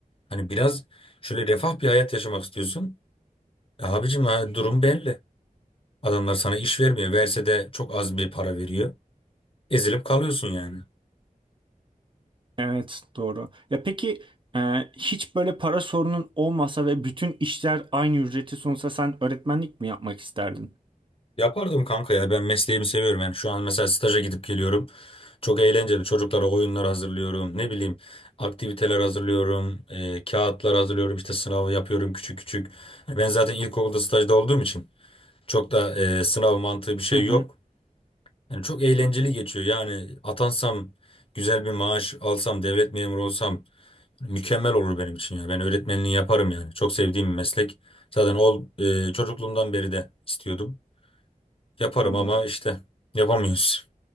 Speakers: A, on the left; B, on the right.
A: Hani biraz şöyle refah bir hayat yaşamak istiyorsun. E abicim ha, durum belli. Adamlar sana iş vermiyor. Verse de çok az bir para veriyor. Ezilip kalıyorsun yani.
B: Evet doğru. Ya peki e, hiç böyle para sorunun olmasa ve bütün işler aynı ücreti sunsa sen öğretmenlik mi yapmak isterdin?
A: Yapardım kanka ya ben mesleğimi seviyorum yani şu an mesela staja gidip geliyorum çok eğlenceli çocuklara oyunlar hazırlıyorum ne bileyim aktiviteler hazırlıyorum e, kağıtlar hazırlıyorum işte sınavı yapıyorum küçük küçük Hani ben zaten ilkokulda stajda olduğum için çok da e, sınav mantığı bir şey
B: Hı hı.
A: yok yani çok eğlenceli geçiyor yani atansam güzel bir maaş alsam devlet memuru olsam mükemmel olur benim için ya ben öğretmenliği yaparım yani çok sevdiğim bir meslek zaten ol, e, çocukluğumdan beri de istiyordum. Yaparım
B: Anladım.
A: ama işte yapamıyoruz